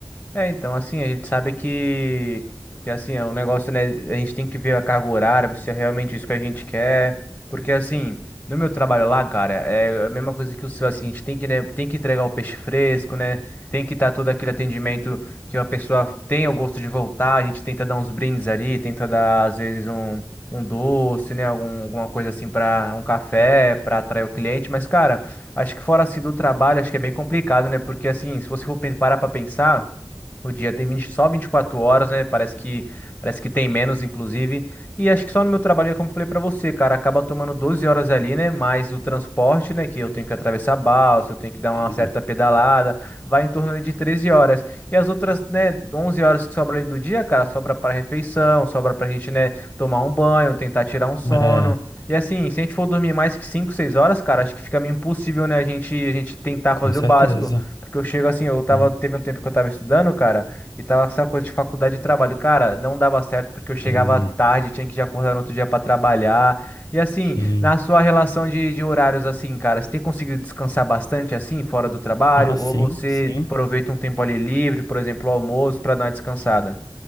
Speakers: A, on the left (about 20°); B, on the left (about 45°).
A: É, então, assim, a gente sabe que, que assim, é um negócio, né? A gente tem que ver a carga horária, ver se é realmente isso que a gente quer. Porque, assim, no meu trabalho lá, cara, é a mesma coisa que o seu, assim, a gente tem que, né, tem que entregar o peixe fresco, né? Tem que estar todo aquele atendimento que a pessoa tenha o gosto de voltar. A gente tenta dar uns brindes ali, tenta dar, às vezes, um, um doce, né? Algum, alguma coisa assim para um café,
B: Sim,
A: para atrair o cliente. Mas, cara, acho que fora assim do trabalho, acho que é bem complicado, né? Porque, assim, se você for pen- parar pra pensar. O dia tem 20, só 24 horas, né? Parece que parece que tem menos, inclusive. E acho que só no meu trabalho, como eu falei pra você, cara, acaba tomando 12 horas ali, né? Mais o transporte, né? Que eu tenho que atravessar a balsa, eu tenho que dar
B: sim.
A: uma certa pedalada, vai em torno ali de 13 horas. E as outras, né, 11 horas que sobra ali do dia, cara, sobra pra refeição, sobra pra gente, né, tomar um banho, tentar tirar um sono.
B: É,
A: E assim, se a gente for dormir mais que 5, 6 horas, cara, acho que fica meio impossível, né, a gente, a gente tentar
B: com
A: fazer
B: certeza.
A: o básico. Porque eu chego assim, eu tava,
B: Sim,
A: teve um tempo que eu tava estudando, cara, e tava essa coisa de faculdade e trabalho. Cara, não dava certo porque eu chegava
B: sim,
A: tarde, tinha que já acordar no outro dia pra trabalhar. E assim,
B: sim.
A: na sua relação de, de horários, assim, cara, você tem conseguido descansar bastante assim, fora do trabalho?
B: Ah, sim,
A: Ou você
B: sim.
A: aproveita um tempo ali livre, por exemplo, o almoço, pra dar uma descansada?